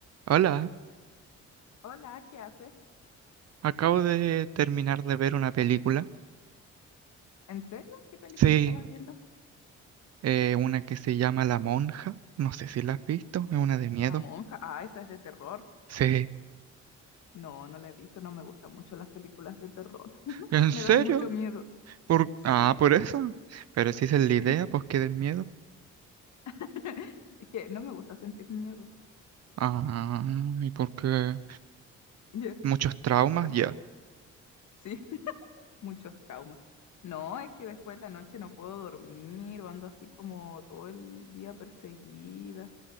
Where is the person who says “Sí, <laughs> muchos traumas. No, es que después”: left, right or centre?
Left